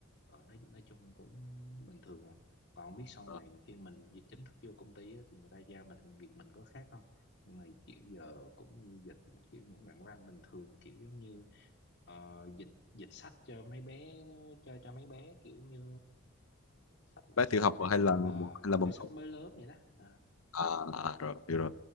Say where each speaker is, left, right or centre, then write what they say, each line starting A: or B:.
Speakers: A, on the left; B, on the left.
A: ờ, nói, nói chung cũng bình thường à còn biết sau
B: ờ,
A: này khi mình di- chính thức vô công ty á, thì người ta giao mình việc mình có khác không nhưng mà kiểu giờ cũng như dịch kiểu những đoạn văn bình thường kiểu giống như ờ, dịch dịch sách cho mấy bé cho cho mấy bé kiểu như sách
B: bé
A: sách
B: tiểu học
A: cho
B: hay là
A: ờ,
B: hay là mầm
A: cho sách
B: non
A: mới lớn vậy đó à,
B: à, à rồi hiểu rồi